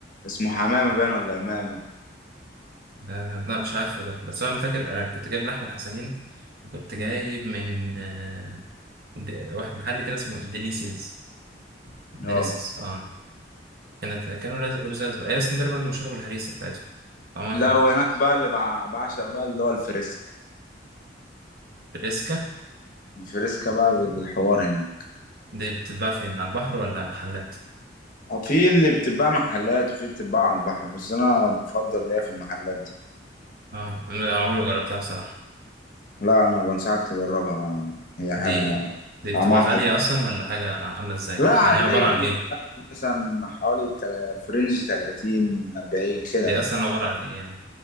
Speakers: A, on the left (about 50°); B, on the right (about 55°).
A: اسمه حمامه باين ولا امامه
B: آه. لا مش عارفه ده بس أنا فاكر آه. كنت جايب من أحمد حسنين وكنت جايب
A: مم.
B: من آه. د- واحد محل كده اسمه ديليسيز ديليسيز
A: اه
B: آه كانت كانوا لز- لزاز بقى هي اسكندرية برضه مشهورة بالهريسة بتاعتهم طعمها
A: لا
B: حلو
A: وهناك بقى اللي بع- بعشق بقى اللي هو الفريسك
B: الريسكا
A: الفريسكا بقى الحوار هنا
B: دي بتتباع فين على البحر ولا محلات؟
A: آه، في اللي بتتباع محلات وفي بتتباع على البحر بس انا بفضل ليا في المحلات دي
B: اه أنا عمري ما جربتها بصراحة
A: لا انا بنصحك تجربها هي
B: دي
A: ح-
B: دي بتبقى
A: طعمها
B: غالية
A: حلو
B: أصلا ولا حاجة عاملة إزاي؟
A: لا عادية
B: يعني هي عبارة عن
A: من
B: إيه؟
A: مثلا حوالي تل- في رينج 30 40 كده
B: هي أصلا عبارة عن إيه يعني؟